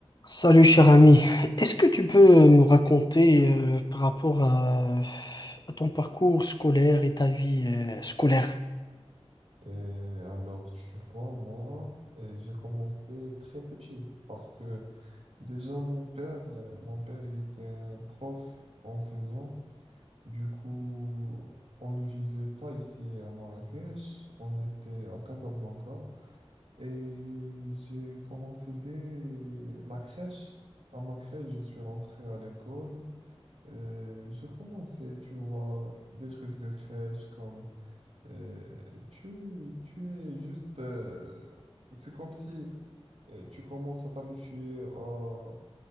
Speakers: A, on the left; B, on the right.
A: Salut cher ami, est-ce que tu peux me raconter euh, par rapport à, à ton parcours scolaire et ta vie euh, scolaire?
B: Et alors, tu vois, moi, euh, j'ai commencé très petit parce que déjà mon père, euh, mon père, il était un prof enseignant. Du coup, on ne vivait pas ici à Marrakech, on était à Casablanca et j'ai commencé dès la crèche. À ma crèche, je suis rentré à l'école. et J'ai commencé, tu vois, des trucs de crèche comme euh, tu, tu es juste... euh, c'est comme si euh, tu commences à t'habituer à-